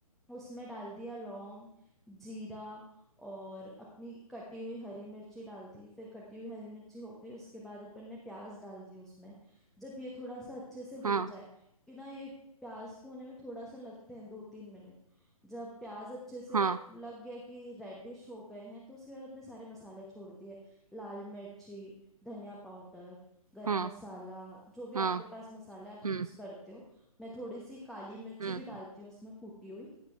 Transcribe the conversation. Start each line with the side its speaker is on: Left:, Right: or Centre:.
Centre: उसमें डाल दिया लौंग जीरा और अपनी कटी हुई हरी मिर्ची डाल दी फिर कटी हुई हरी मिर्ची हो गई उसके बाद अपन ने प्याज डाल दी उसमें जब ये थोड़ा सा अच्छे से
Right: हाँ
Centre: हो जाए कि ना ये प्याज को होने में थोड़ा सा लगते हैं दो तीन मिनट जब प्याज अच्छे से
Right: हाँ
Centre: लग गया कि रेडिश हो गए हैं तो उसके बाद अपने सारे मसाले छोड़ दिए लाल मिर्ची धनिया पाउडर गरम
Right: हाँ
Centre: मसाला जो भी
Right: हाँ
Centre: आपके पास मसाले आप यूज
Right: हम्म
Centre: करते हो मैं थोड़ी सी काली मिर्ची
Right: हम्म
Centre: भी डालती हूँ उसमें कूटी हुई